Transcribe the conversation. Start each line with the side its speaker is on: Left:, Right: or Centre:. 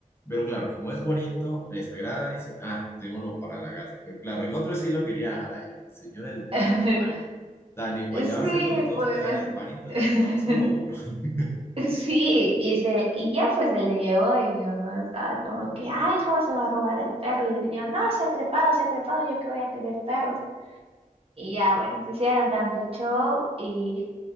Left: Pero claro, como es bonito, les agrada, dicen, ah, démoslo para la casa. Pero claro, el otro sí lo quería dejar ahí. El señor es
Right: <laughs>
Left: bien malo. Dani, para
Right: sí,
Left: llevarse los dos
Right: pues.
Left: que eran hermanitos,
Right: <laughs>
Left: dijo, no, solo uno. <laughs>
Right: <laughs> Sí, y, se, y ya pues se le llevó y mi mamá estaba como que, ay, ¿cómo se va a robar al perro? Y el señor, no, se ha trepado, se ha trepado, yo que voy a querer perros. Y ya bueno, se hicieron tanto show y